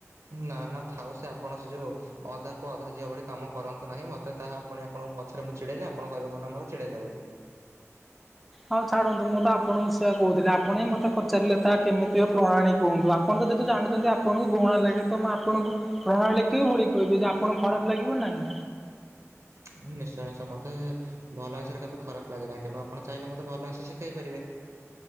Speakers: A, on the right; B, in the centre.
A: ନା- ନା ଥାଉ ସେ ଆପଣ ସେ ଯୋଉ ଅଧା ପୁଅ ଅଧା ଝିଅ ଭଳି କାମ କରନ୍ତୁ ନାହିଁ। ମତେ ତାହା ପୁଣି ଆପଣଙ୍କ ପଛରେ ମୁଁ ଚିଡେଇଲେ, ଆପଣ କହିବେ କଣ ନା ମତେ ଚିଡେଇଲା ବୋଲି।
B: ହଉ ଛାଡନ୍ତୁ ମୁଁ ତ ଆପଣଙ୍କୁ ସେଇଆ କହୁଥିଲି, ଆପଣ ହିଁ ମତେ ପଚାରିଲେ ତା କେମିତି ପ୍ରଣାଳୀ କୁହନ୍ତୁ? ଆ ଆପଣ ତ ଯେହେତୁ ଜାଣିଛନ୍ତି, ଆପଣଙ୍କୁ ଘୃଣା ଲାଗେ ତ ଆପଣଙ୍କୁ ପ୍ରଣାଳୀ କି ଭଳି କହିବି, ଯେ ଆପଣଙ୍କୁ ଖରାପ ଲାଗିବ ନା ନାହିଁ।
A: ମୁଁ ନିଶ୍ଚୟ ନିଶ୍ଚୟ ମତେ ଭଲ ଜିନିଷରେ କେବେ ଖରାପ ଲାଗେ ନାହିଁ। ତେଣୁ ଆପଣ ଚାହିଁଲେ ମତେ ଭଲ ଜିନିଷ ଶିଖାଇ ପାରିବେ।